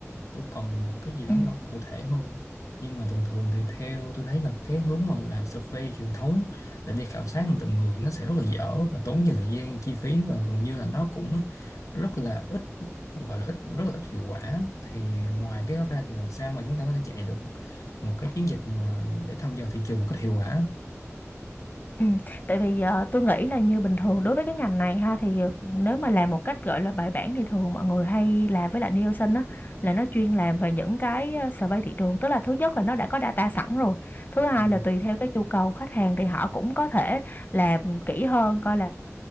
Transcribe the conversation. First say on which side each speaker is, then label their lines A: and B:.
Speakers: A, on the left; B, on the left.
A: tôi cần một cái gì đó
B: ừ
A: nó cụ thể hơn nhưng mà thường thường thì theo tôi thấy là cái hướng mà làm survey truyền thống á, là đi khảo sát từng người nó sẽ rất là dở và tốn nhiều thời gian chi phí và gần như là nó cũng rất là ít gọi là ít rất là ít hiệu quả thì ngoài cái đó ra thì làm sao mà chúng ta có thể chạy được một cái chiến dịch mà để thăm dò thị trường một cách hiệu quả
B: ừ tại vì ờ, tôi nghĩ là như bình thường đối với cái ngành này ha thì ờ, nếu mà làm một cách gọi là bài bản thì thường mọi người hay làm với lại Nielsen á là nó chuyên làm về những cái ờ, survey thị trường tức là thứ nhất là nó đã có data sẵn rồi thứ hai
A: Ừ.
B: là tùy theo cái nhu cầu khách hàng thì họ cũng có thể làm kỹ hơn coi là